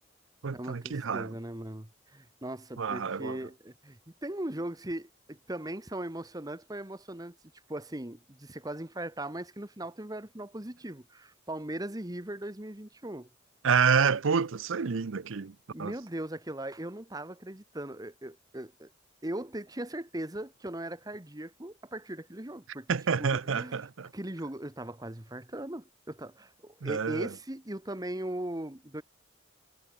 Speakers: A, on the right; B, on the right.
A: Puta,
B: É uma tristeza,
A: que raiva.
B: né, mano? Nossa, porque
A: Uma raiva, uma raiva.
B: e tem uns jogos que também são emocionantes, mas emocionantes, tipo assim, de você quase infartar, mas que no final tiveram um final positivo. Palmeiras e River dois mil e e vinte e um.
A: É, puta, foi é lindo aqui.
B: Meu
A: Nossa.
B: Deus, aquilo lá, eu não tava acreditando. Eu, eu, eu- eu te- tinha certeza que eu não era cardíaco a partir daquele jogo,
A: <laughs>
B: porque, tipo, <laughs> aquele jogo eu tava quase infartando. Eu tava...
A: É.
B: e- Esse e o também o